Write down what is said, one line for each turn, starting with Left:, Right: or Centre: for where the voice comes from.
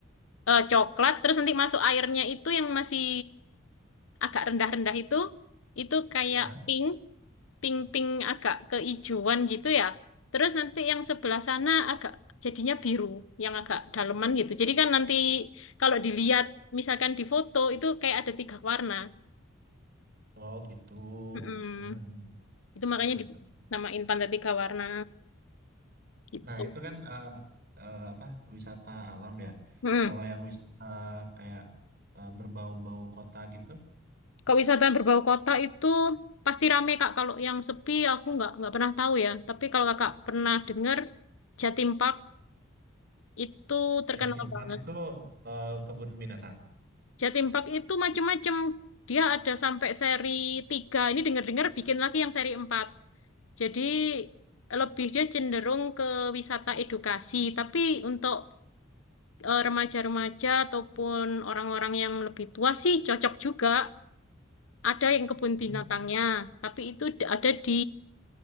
Left: eh, coklat terus nanti masuk airnya itu yang masih agak rendah-rendah itu itu kayak
Right: aha.
Left: pink pink-pink agak keijuan gitu ya. Terus nanti yang sebelah sana agak jadinya biru, yang agak daleman gitu. Jadi kan nanti kalau dilihat misalkan di foto itu kayak ada tiga warna.
Right: Oh, gitu.
Left: Mm-mm.
Right: Hmm. hmm.
Left: Itu makanya
Right: Make sense,
Left: dinamain
Right: make sense.
Left: pantai tiga warna gitu.
Right: Nah, itu kan eh, eh, apa wisata alam ya.
Left: Mm-mm.
Right: Kalau yang wisata kayak eh, berbau-bau kota gitu,
Left: Kalau wisata berbau kota itu pasti rame Kak. Kalau yang sepi aku nggak nggak pernah tahu ya. Tapi kalau Kakak pernah dengar Jatim Park itu terkenal
Right: Jatim
Left: banget.
Right: Park itu eh, kebun binatang.
Left: Jatim Park itu macam-macam. Dia ada sampai seri 3. Ini dengar-dengar bikin lagi yang seri 4. Jadi lebih dia cenderung ke wisata edukasi. Tapi untuk eh, remaja-remaja ataupun orang-orang yang lebih tua sih cocok juga. Ada yang kebun binatangnya,
Right: Hmm.
Left: tapi itu d- ada di